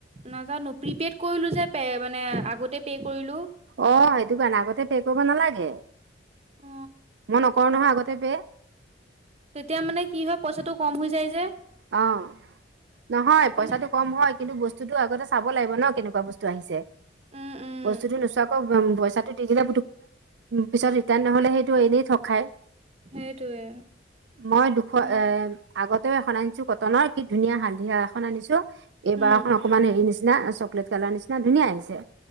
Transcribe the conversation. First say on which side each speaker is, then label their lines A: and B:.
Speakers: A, on the right; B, on the right.
A: নাজানো প্ৰিপেড কৰিলো যে পে মানে আগতে পে' কৰিলো
B: অ সেইটো কাৰণে আগতে পে কৰিব নালাগে
A: অ
B: মই নকৰো নহয় আগতে পে
A: তেতিয়া মানে কি হয় পইচাটো কম হৈ যায় যে
B: অ নহয়
A: সেইটো কাৰণে
B: পইচাটো কম হয় কিন্তু বস্তুটো আগতে চাব লাগিব ন কেনেকুৱা বস্তু আহিছে
A: উম উম
B: বস্তুতো নোচোৱাকৈ পইচাটো দি দিলে পিছত ৰিটাৰ্ণ নহলে সেইটো এনেই থক খায়
A: সেইটোৱে
B: মই দুশ
A: আমাৰ
B: এ আগতেও এখন আনিছো কটনৰ কি ধুনীয়া হালধিয়া এখন আনিছো এইবাৰখন
A: উম
B: অকমান হেৰি নিচিনা চকলেট কালাৰ নিচিনা ধুনীয়া আহিছে